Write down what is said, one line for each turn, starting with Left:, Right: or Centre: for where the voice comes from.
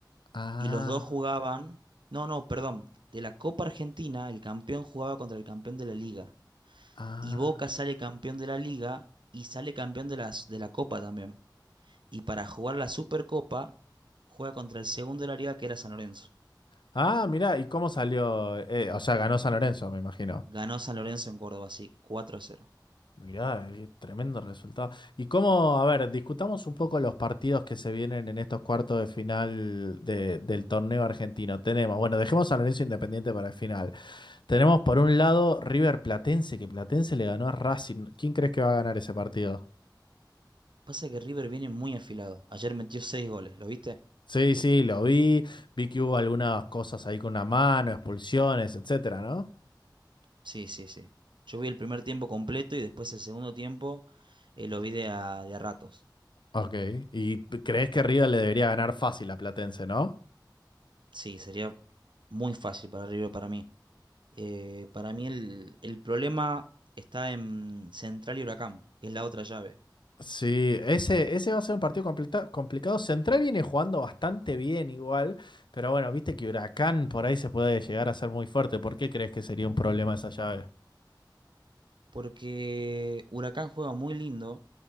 Left: Ah,
Right: Y los dos jugaban, no, no, perdón, de la Copa Argentina el campeón jugaba contra el campeón de la liga.
Left: ah.
Right: Y Boca sale campeón de la liga y sale campeón de las, de la Copa también. Y para jugar la Supercopa juega contra el segundo de la liga que era San Lorenzo.
Left: Ah, mirá, ¿y cómo salió? Eh, o sea, ganó San Lorenzo, me imagino.
Right: Ganó San Lorenzo en Córdoba, sí, 4 a cero.
Left: Mirá, qué tremendo resultado. Y cómo, a ver, discutamos un poco los partidos que se vienen en estos cuartos de final de- del torneo argentino. Tenemos, bueno, dejemos a Lorenzo Independiente para el final. Tenemos por un lado River Platense, que Platense le ganó a Racing. ¿Quién crees que va a ganar ese partido?
Right: Pasa que River viene muy afilado. Ayer metió seis goles, ¿lo viste?
Left: Sí, sí, lo vi. Vi que hubo algunas cosas ahí con una mano, expulsiones, etcétera, ¿no?
Right: Sí, sí, sí. Yo vi el primer tiempo completo y después el segundo tiempo eh, lo vi de a, de a ratos.
Left: Ok. ¿Y crees que River le debería ganar fácil a Platense, ¿no?
Right: Sí, sería muy fácil para River para mí. Eh, para mí el, el problema está en Central y Huracán, que es la otra llave.
Left: Sí, ese, ese va a ser un partido completa- complicado. Central viene jugando bastante bien igual, pero bueno, viste que Huracán por ahí se puede llegar a ser muy fuerte. ¿Por qué crees que sería un problema esa llave?
Right: Porque Huracán juega muy lindo,